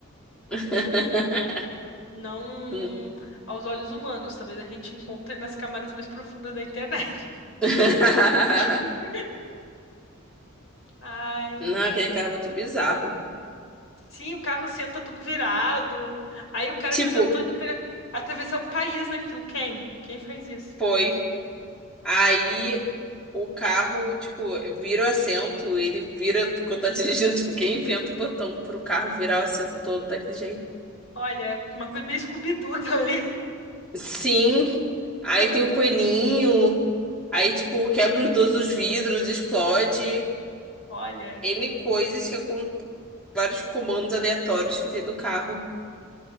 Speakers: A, in the centre; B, on the left.
A: <laughs>
B: não
A: Hum.
B: aos olhos humanos. Talvez a gente encontre nas camadas mais profundas da internet.
A: <laughs>
B: <laughs> Ai.
A: Não, aquele carro é muito bizarro.
B: Sim, o carro senta todo virado. Aí o cara
A: Tipo,
B: me inventou de atra- atravessar o país naquilo. Quem? Quem faz isso?
A: foi. Aí o carro, tipo, vira o assento, ele vira quando tá dirigindo. Tipo, quem inventa o botão pro carro virar o assento todo daquele jeito?
B: Olha, uma coisa meio Scooby-Doo aquilo ali.
A: Sim. Aí
B: <laughs>
A: tem o coelhinho. Aí, tipo, quebra os dois os vidros, explode.
B: Olha,
A: N coisas que é com vários comandos aleatórios que tem no carro.